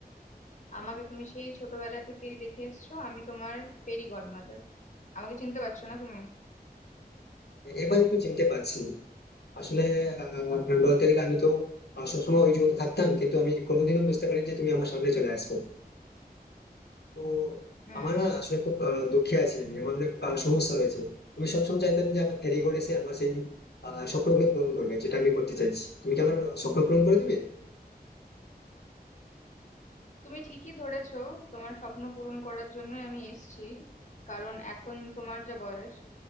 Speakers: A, on the left; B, on the left.
A: আমাকে তুমি সেই ছোটবেলা থেকে দেখে এসছো আমি তোমার ফেরি গডমাদার আমাকে চিনতে পারছো না তুমি
B: এবার একটু চিনতে পারছি। আসলে আ বলতে গেলে আমি তো আ সবসময় ওই জগতে থাকতাম। কিন্তু আমি কোনোদিনও বুঝতে পারিনি যে তুমি আমার সামনে চলে আসবে। তো
A: উম
B: আমার না আসলে খুব আ দুঃখে আছি আমি। আমার অনেক আ সমস্যা রয়েছে। আমি সবসময় চাইতাম যে আমার ফেরি করে এসে আমার সেই আ স্বপ্নগুলো পূরণ করবে। যেটা আমি করতে চাইছি। তুমি কি আমার স্বপ্ন পূরণ করে দিবে?
A: তুমি ঠিকই ধরেছো তোমার স্বপ্ন পূরণ করার জন্য আমি এসেছি কারণ এখন তোমার যা বয়স